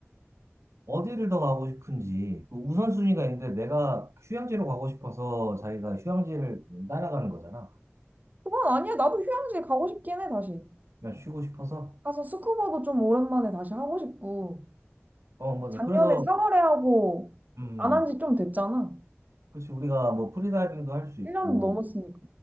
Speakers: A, on the right (about 80°); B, on the right (about 35°).
A: 어디를 더 가고 싶은지 그 우선순위가 있는데 내가 휴양지로 가고 싶어서 자기가 휴양지를 따라가는 거잖아.
B: 그건 아니야. 나도 휴양지 가고 싶긴 해, 다시.
A: 그냥 쉬고 싶어서.
B: 가서 스쿠버도 좀 오랜만에 다시 하고 싶고.
A: 어, 맞아.
B: 작년에
A: 그래서,
B: 4월에 하고
A: 음,
B: 안 한지 좀 됐잖아.
A: 그렇지. 우리가 뭐 프리다이빙도 할 수
B: 1년
A: 있고
B: 넘었으니까.